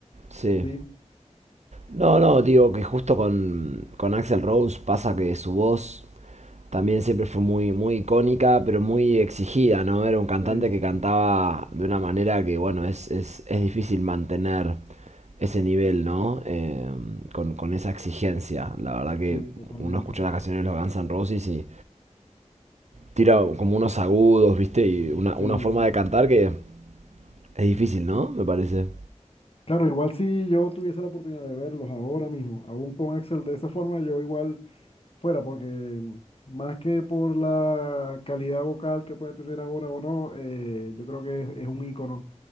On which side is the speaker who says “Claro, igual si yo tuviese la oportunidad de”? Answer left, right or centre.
Left